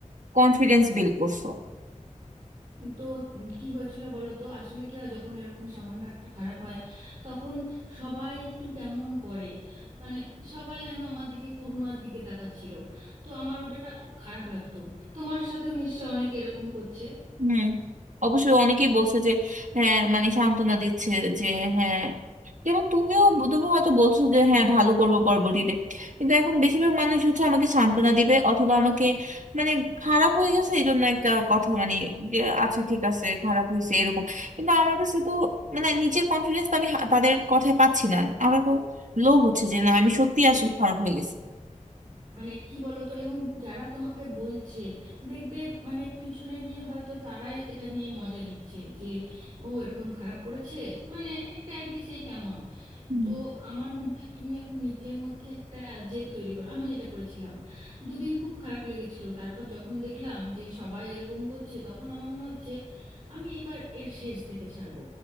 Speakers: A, on the right; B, on the right.
A: কনফিডেন্স বিল্ড করছো
B: তো উম কি হয়েছিল বলো তো আসলে কি হয় যখন এরকম সামান্য একটা খারাপ হয় তখন সবাই একটু কেমন করে মানে সবাই যেন আমার দিকে করুণার দিকে তাকাচ্ছিল তো আমার ওটা না খুব খারাপ লাগতো তোমার সাথেও নিশ্চয় অনেকে এরকম করছে
A: হুম অবশ্যই অনেকেই বলছে যে হ্যাঁ মানে সান্ত্বনা দিচ্ছে যে হ্যাঁ যেমন তুমিও তুমি হয়তো বলছো যে হ্যাঁ ভালো করবো পরবর্তীতে কিন্তু এখন বেশিরভাগ মানুষ হচ্ছে আমাকে সান্ত্বনা দিবে অথবা আমাকে মানে খারাপ হয়ে গেছে এই জন্য একটা কথা মানে যে আচ্ছা ঠিক আছে খারাপ হয়েছে এরকম কিন্তু আমার কাছে তো মানে নিজের কনফিডেন্স তো আমি হা- তাদের কথায় পাচ্ছি না আমার তো লোভ হচ্ছে যে না আমি সত্যি
B: আসলে,
A: আসলে খারাপ হয়ে গেছি
B: মানে কি বলো তো এবং যারা তোমাকে বলছে দেখবে মানে পিছনে গিয়ে হয়তো তারাই এটা নিয়ে মজা নিচ্ছে যে ও এরকম খারাপ করেছে মানে একটা আর কি সেই কেমন
A: হুম।
B: তো আমার মনে হয় তুমি এখন নিজের মধ্যে একটা জেদ তৈরি করো আমি যেটা করেছিলাম দুদিন খুব খারাপ লেগেছিল তারপর যখন দেখলাম যে সবাই এরকম করছে তখন আমার মনে হচ্ছে আমি এবার এর শেষ দেখে ছাড়বো